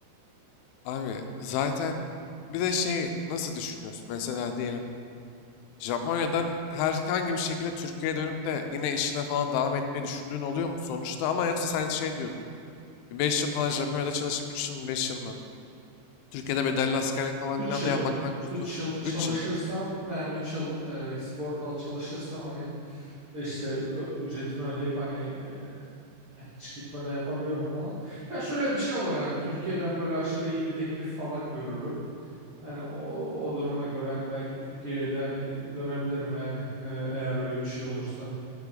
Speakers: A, on the left; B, on the right.
A: Abi zaten bir de şey nasıl düşünüyorsun? Mesela diyelim Japonya'dan herhangi bir şekilde Türkiye'ye dönüp de yine işine falan devam etmeyi düşündüğün oluyor mu sonuçta? Ama yoksa sen şey diyordun. 5 yıl falan Japonya'da çalışıp 3 yıl 5 yıl mı? Türkiye'de bedelli askerlik falan
B: Üç
A: filan
B: yıl
A: da yapmaktan kurtulur.
B: 3 yıl çalışırsam
A: 3 yıl.
B: yani 3 yıl e, sigortalı çalışırsam hani işte ö- ücretini ödeyip hani e, hiç gitmeden yapabiliyorum falan. Ya şöyle bir şey olur hani Türkiye'den böyle aşırı iyi bir teklif falan görürüm. Yani o, o duruma göre hani belki Türkiye'de hani dönebilirim yani e, eğer öyle bir şey olursa.